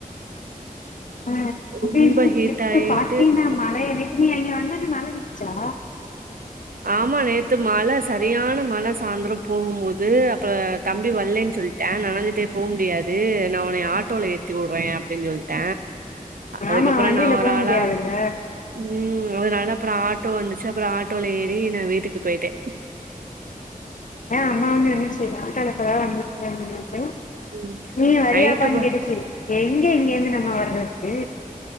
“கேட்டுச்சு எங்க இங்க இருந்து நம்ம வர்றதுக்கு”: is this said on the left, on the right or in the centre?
Left